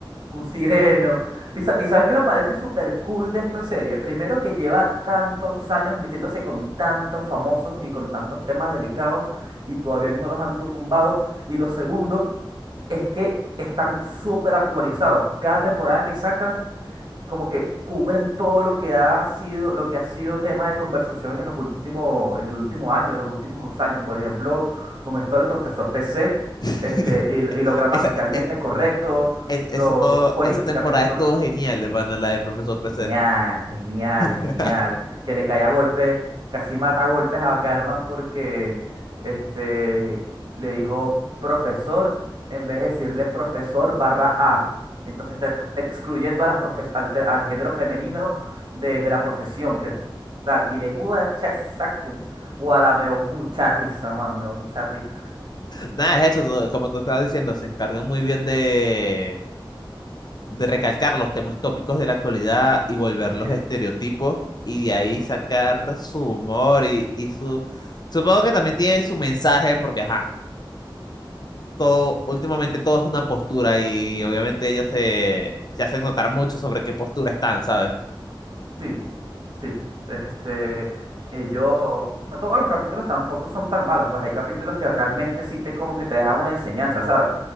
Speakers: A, on the right; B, on the left.
A: un sireno. Y, sa- y sabes qué me parece súper cool de esta serie. Primero que lleva tantos años metiéndose con tantos famosos y con tantos temas delicados y todavía no los han tumbado. Y lo segundo es que están súper actualizados. Cada temporada que sacan como que cubren todo lo que ha sido, lo que ha sido tema de conversación en los últimos, en el último año, en los últimos dos años. Por ejemplo, con esto del profesor PC,
B: <laughs>
A: este, y, y lo gramaticalmente
B: Esa, es-
A: correcto,
B: es- eso,
A: lo políticamente
B: esa temporada
A: correcto.
B: estuvo genial de pana, la de Profesor
A: Genial,
B: PC.
A: genial,
B: <laughs>
A: genial. Que le caía a golpe, casi mata a golpes a Carmen porque este, le dijo profesor en vez de decirle profesor barra A. Entonces está ex- excluyendo a las profes- al, te- al género femenino de, de la profesión. ¿Qué tal? Y le pudo echar esa cuña. Guara, me dio mucha risa, mano, me dio mucha risa.
B: Nada, es eso, como tú estabas diciendo, se encargan muy bien de, de recalcar los temas tópicos de la actualidad y volverlos
A: Sí.
B: estereotipos y de ahí sacar su humor y, y su... Supongo que también tiene su mensaje porque, ajá, todo, últimamente todo es una postura y obviamente ellos se, se hacen notar mucho sobre qué postura están, ¿sabes?
A: Sí, sí. Este, ellos, no todos los capítulos tampoco son tan malos, pues hay capítulos que realmente sí te como que te dejan una enseñanza, ¿sabes?